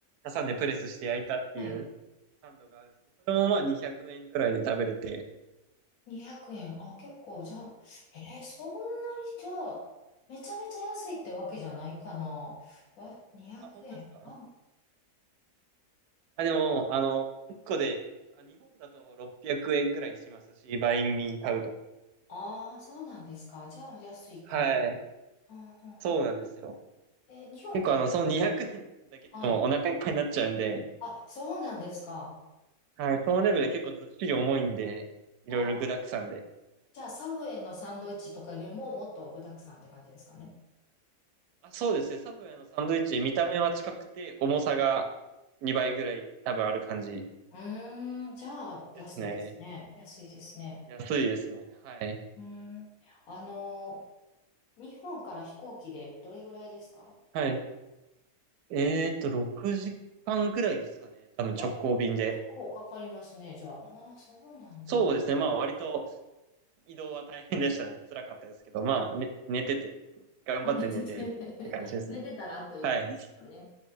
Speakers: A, on the right; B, on the left.
A: 挟んでプレスして焼いたっていう
B: はい。
A: サンドがあるんですけど、それもまあ200円くえんくらいで食べれて、
B: 200円。あ、結構、じゃあ、えーそんなに、じゃあ、めちゃめちゃ安いってわけじゃないかな。わ、200円。
A: あ、本当ですか
B: あ、
A: あ、でも、あの、1個で、あ、日本だと600円くえんくらいしますし、バインミー買うと。
B: ああそうなんですか。じゃあ、安いか。
A: はい。
B: うんうんうん。
A: そうなんですよ。
B: えー日本か
A: 結構あの、その200円だけでもお腹いっぱいになっちゃうんで、
B: ら、はい。あ、そうなんですか。
A: はい、そのレベルで結構ずっしり重いんで、いろいろ具沢山で。
B: あー、じゃあ、サブウェイのサンドイッチとかよりも、もっと具沢山って感じですかね。
A: あ、そうですね。サブウェイのサンドイッチ、見た目は近くて、重さが2倍ぐらい多分ある感じ
B: うーん、じゃあ、
A: ですね。
B: 安いですね。安いですね。
A: 安いですね。はい。
B: うん。あの、日本から飛行機でどれぐらいですか
A: はい。えーと、6時間ぐらいですかね。多分直行便で。
B: え、結構かかりますね、じゃあ。ああ、そうなんだ。
A: そうですね。まあ割と移動は大変でしたね。辛かったですけど、まあ、ね、寝てて、
B: <laughs>
A: 頑張って寝てって感じですね。
B: あ寝てて寝てたらあっという間ですよね。
A: はい。